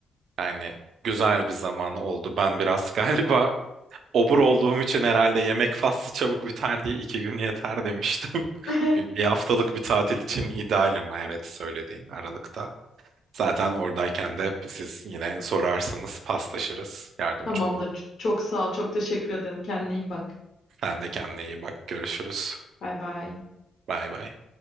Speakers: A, on the right; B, on the left.
A: Yani güzel bir zaman oldu. Ben biraz <laughs> galiba obur olduğum için herhalde yemek faslı çabuk biter diye iki gün yeter demiştim.
B: <laughs>
A: <laughs> Bir haftalık bir tatil için ideal ama evet söylediğin Aralık'ta. Zaten oradayken de siz yine sorarsanız paslaşırız. Yardımcı
B: Tamamdır.
A: olurum.
B: Çok sağ ol. Çok teşekkür ederim. Kendine iyi bak.
A: Sen de kendine iyi bak. Görüşürüz.
B: Bay bay.
A: Bay bay.